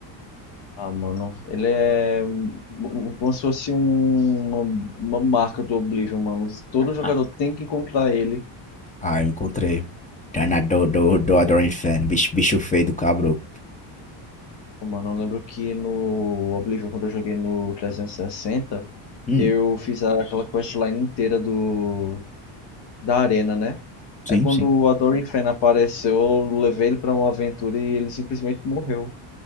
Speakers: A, on the left; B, on the left.
A: Ah, mano, ele é um- um- um, como se fosse um- uma, uma marca do Oblivion, mano. Todo jogador
B: Ah,
A: tem que encontrar ele.
B: Ah, eu encontrei. Treinador do, do Adoran Inferno, bicho, bicho feio do cabro.
A: Pô, Mano, eu lembro que no Oblivion, quando eu joguei no 360,
B: Hum,
A: eu fiz a- aquela questline inteira do da arena, né?
B: sim,
A: é quando
B: sim.
A: o Adoring Fen apareceu, eu levei ele pra uma aventura e ele simplesmente morreu.